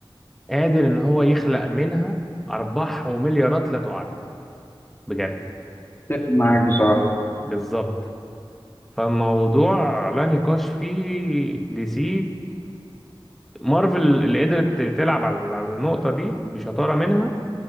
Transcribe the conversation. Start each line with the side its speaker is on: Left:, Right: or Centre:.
Centre: قادر ان هو يخلق منها ارباح ومليارات لا تعد بجد
Left: اتفق معاك بصراحه
Centre: بالظبط فالموضوع لا نقاش فيه دي سي مارفل اللي قدرت تلعب على على النقطة دي بشطارة منها